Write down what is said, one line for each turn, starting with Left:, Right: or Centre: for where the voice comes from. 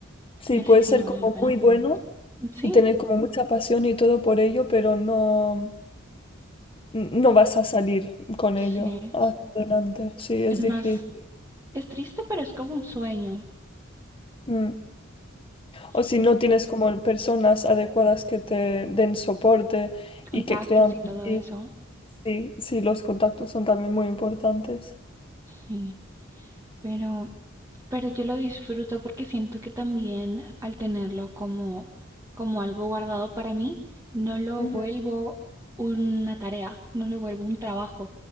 Left: Sí,
Right: y
Left: puede
Right: así sí
Left: ser
Right: no vale
Left: como
Right: la pena.
Left: muy bueno
Right: Sí,
Left: y tener como mucha pasión y todo por ello, pero no, no vas a salir con
Right: sí,
Left: ello hacia adelante. Sí, es
Right: es
Left: difícil.
Right: más, es triste, pero es como un sueño.
Left: Mm.
Right: Sí,
Left: O si no tienes como personas adecuadas que te den soporte
Right: contactos
Left: y que crean
Right: y todo
Left: en ti.
Right: eso.
Left: Sí, sí, los contactos son también muy importantes.
Right: Sí, pero, pero yo lo disfruto porque siento que también al tenerlo como, como algo guardado para mí, no lo
Left: Ujú.
Right: vuelvo una tarea, no lo vuelvo un trabajo,